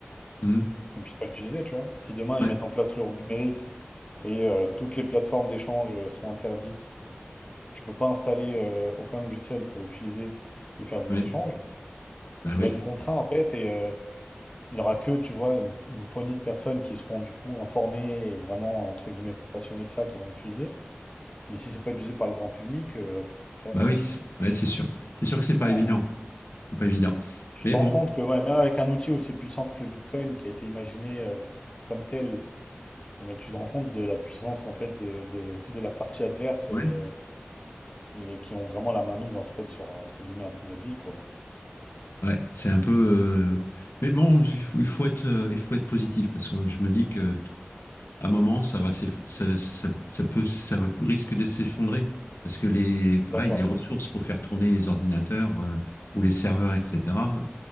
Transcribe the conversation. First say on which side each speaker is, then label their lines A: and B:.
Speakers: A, on the left (about 75°); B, on the left (about 25°).
A: hmm,
B: qu'on puisse pas l'utiliser, tu vois. Si demain
A: ouais,
B: ils mettent en place l'euro numérique et euh, toutes les plateformes d'échange euh, sont interdites Tu peux pas installer euh, aucun logiciel pour utiliser et faire des
A: ouais,
B: échanges.
A: bah
B: Tu
A: oui.
B: vas être contraint en fait et euh, il n'y aura que, tu vois, une, une poignée de personnes qui seront du coup informées et vraiment entre guillemets passionnées de ça qui vont l'utiliser. Mais si c'est pas utilisé par le grand public, euh, pff, tu vois, ça,
A: Bah oui,
B: s-
A: ouais, c'est sûr. C'est sûr que c'est pas
B: non.
A: évident.
B: euh,
A: C'est pas évident.
B: Tu
A: Mais
B: te
A: bon,
B: rends compte que ouais, même avec un outil aussi puissant que le Bitcoin qui a été imaginé euh, comme tel, eh ben, tu te rends compte de la puissance en fait de, de- <laughs> de la partie adverse
A: Ouais.
B: euh, qui, qui ont vraiment la mainmise en fait sur euh, entre guillemets un peu notre vie quoi.
A: ouais, c'est un peu. euh, Mais bon, il faut, il faut être, euh, il faut être positif parce que je me dis que t- à un moment, ça va, s'eff- ça, ça, ça peut, ça va- risque de s'effondrer parce que les,
B: Je
A: pareil,
B: suis d'accord.
A: les ressources pour faire tourner les ordinateurs euh, ou les serveurs, etc.